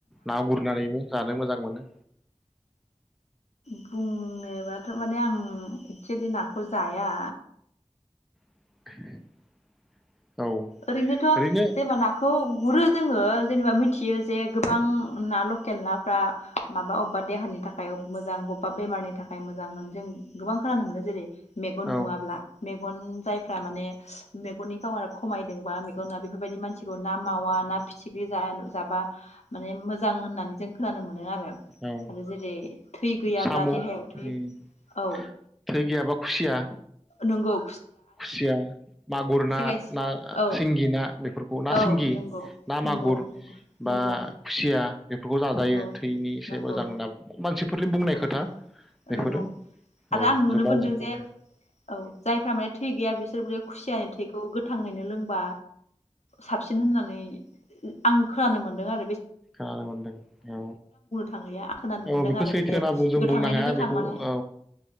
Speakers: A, in the centre; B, on the left.
A: ना गुरनानैबो जानो मोजां मोनो?
B: बुंनोबाथ' माने आं एक्सुयेलि नाखौ जाया
A: <inaudible>
B: ओरैनोथ'
A: ओरैनो
B: जेनबा नाख खौ गुरो जोङो जेनेबा मिथियो जे गोबां ना लकेल नाफ्रा माबा अबेबा देहानि थाखाय मोजां, बबेबा बेमारनि थाखाय मोजां होननानै जों गोबां खोनानो मोनो। जेरै - मेगन
A: औ
B: नुवाब्ला, मेगन जायफ्रा माने मेगननि पावारा खमायदोंबा मेगन ना बेफोरबायदि मानसिखौ ना मावा ना फिथिख्रि जाया जाबा माने मोजां होननानै जों खोनानो मोनो आरो।
A: औ
B: आरो जेरै थै गैयाब्ला
A: साम'
B: देहायाव थै
A: थै
B: औ
A: गैयाबा खुसिया
B: नोंगौ।
A: खुसिया, मागुर ना,
B: खायसे
A: ना
B: औ
A: सिंगि, ना बेफोरखौ ना
B: औ
A: सिंगि
B: नंगौ
A: ना मागुर
B: नंगौ नंगौ
A: बा खुसिया बेफोरखौ जाजायो
B: नंगौ
A: थैनि एसे
B: नंगौ
A: मोजां ना मानसिफोरनि
B: नंगौ
A: बुंनाय खोथा बेफोरो।
B: नंगौ आरो
A: औ। <unintelligible>
B: आं नुनो मोनदों
A: जोंबो
B: जे औ जायफ्रा माने थै गैया बिसोरबोलै खुसियानि थैखौ गोथाङैनो लोंबा साबसिन होननानै आं खोनानो मोनदों आरो बे
A: <inaudible> औ
B: थांलिया आं खोनानो
A: औ
B: मोनदों
A: बेखौ
B: आरो
A: सैथो
B: जे
A: होनना जों
B: गोथाङैनो
A: बुंनो हाया
B: गोथां
A: बेखौ
B: माने
A: औ।